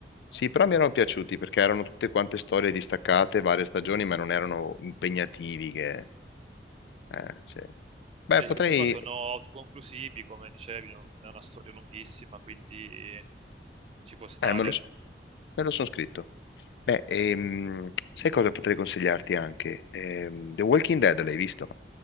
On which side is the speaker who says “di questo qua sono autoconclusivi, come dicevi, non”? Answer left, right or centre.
Right